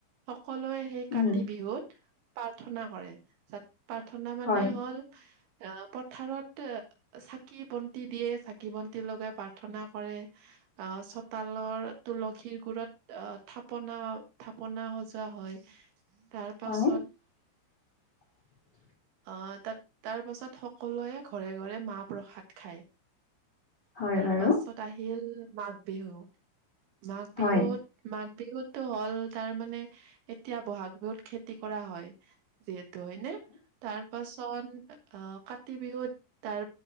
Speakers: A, on the right; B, on the left.
A: সকলোৱে সেই
B: উম,
A: কাতি বিহুত প্ৰাৰ্থনা কৰে তাত প্ৰাৰ্থনা মানে
B: হয়,
A: হ'ল- অ পথাৰত চাকি, বন্তি দিয়ে চাকি বন্তি লগাই প প্ৰাৰ্থনা কৰে আহ চোতালৰ তুলসীৰ, গুত থাপনা পোনা সজোৱা হয় তাৰ
B: হয়,
A: পাছত
B: <inaudible>
A: আহ তাত তাৰ পাছত সকলোৱে ঘৰে ঘৰে মাহ প্ৰসাদ খায়।
B: হয় হয়।
A: তাৰপাছত আহিল মাঘ, বিহু মাঘ
B: হয়,
A: বিহুত মাঘ বিহুত তটো হ'ল তাৰ মানে এতিয়া বহাগ বিহুত খেতি কৰা হয় যিহেতু হয় নে? তাৰ তাৰ পিছত আহ কাতি বিহুত তাৰ